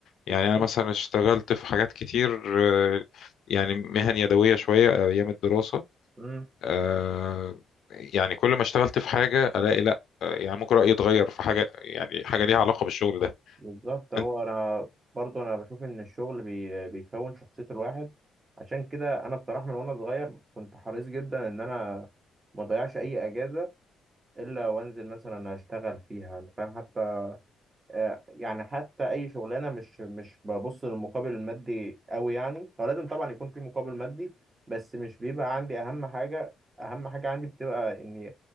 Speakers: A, on the right; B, on the left.
A: بالظبط
B: يعني أنا مثلا اشتغلت في حاجات كتير آه، يعني مهن يدوية شوية أيام الدراسة
A: مم.
B: آه، يعني كل ما اشتغلت في حاجة ألاقي لأ آه، يعني ممكن رأيي يتغير في حاجة يعني حاجة ليها علاقة بالشغل ده
A: بالظبط هو
B: أنت
A: انا برضو انا بشوف ان الشغل بي... بيكون شخصية الواحد عشان كده انا بصراحة من وانا صغير كنت حريص جدا ان انا ما اضيعش اي اجازة الا وانزل مثلا اشتغل فيها انت فاهم حتى آه، يعني حتى اي شغلانه مش مش ببص للمقابل المادي قوي يعني هو لازم طبعا يكون في مقابل مادي بس مش بيبقى عندي اهم حاجه اهم حاجه عندي بتبقى اني